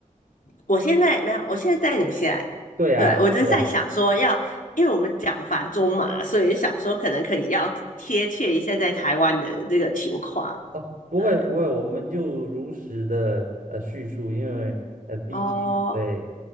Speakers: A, on the left (about 70°); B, on the right (about 85°).
A: 我现在没有，我现在在纽西兰。
B: 对啊，
A: 对，我就是在想说要，
B: 对啊。
A: 因为我们讲繁中嘛，所以想说可能可以要贴切一下在台湾的这个情况。
B: 哦，不会不会，
A: 对，
B: 我们就如实的呃叙述，因为呃毕竟对
A: 哦，